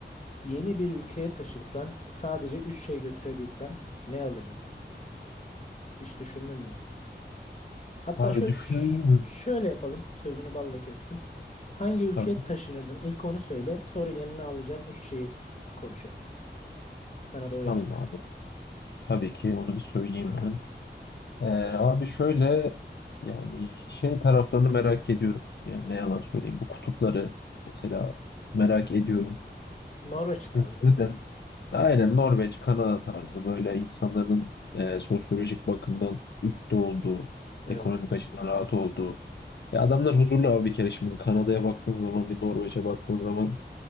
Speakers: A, on the left; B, on the left.
A: Yeni bir ülkeye taşınsan sadece 3 şey götürebilsen ne alırdın? Hiç düşündün mü? Hatta
B: Abi
A: şu,
B: düşün...
A: ş- şöyle yapalım. Sözünü balla kestim. Hangi ülkeye
B: Tabii,
A: taşınırdın? İlk onu söyle. Sonra yanına alacağın 3 şeyi konuşalım. Sana da uyarsa.
B: tamam abi. Tabii ki onu bir söyleyeyim hemen. Ee, abi şöyle yani şey taraflarını merak ediyorum. Yani ne yalan söyleyeyim. Bu kutupları mesela merak ediyorum.
A: Norveç
B: Çünkü
A: tarzı
B: neden?
A: mı?
B: Aynen Norveç, Kanada tarzı böyle insanların e, sosyolojik bakımdan üstte olduğu, ekonomik
A: Evet.
B: açıdan rahat olduğu. Ya adamlar huzurlu abi bir kere şimdi bir Kanada'ya baktığın zaman, bir Norveç'e baktığın zaman